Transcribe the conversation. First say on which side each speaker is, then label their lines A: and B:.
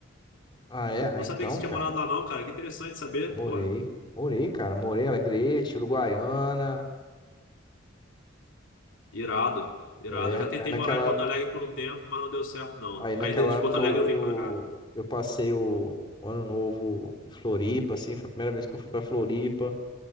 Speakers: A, on the left; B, on the left.
A: Ah, é? Ah,
B: Eu não
A: então,
B: sabia que você tinha
A: cara.
B: morado lá, não, cara. Que interessante saber.
A: Morei.
B: Pô,
A: Morei, cara. Morei em Alegrete, Uruguaiana.
B: Irado, irado.
A: É,
B: Eu já tentei
A: aí naquela
B: morar em Porto
A: época,
B: Alegre por um tempo, mas não deu certo, não.
A: aí naquela
B: Aí de de Porto
A: época
B: Alegre
A: eu,
B: eu vim
A: eu,
B: pra cá.
A: eu passei o, o ano novo em Floripa, assim. Foi a primeira vez que eu fui pra Floripa.